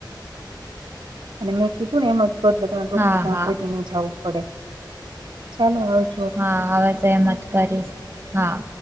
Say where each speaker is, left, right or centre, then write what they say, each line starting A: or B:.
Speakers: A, on the right; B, on the right.
A: અને મેં કીધું ને એમ જ <unintelligible> ડોક્ટર
B: હા
A: પાહે
B: હા
A: કોઈ દી ની જાઉં પડે ચાલો હવે
B: હા હવે તો એમ જ કરીશ હા.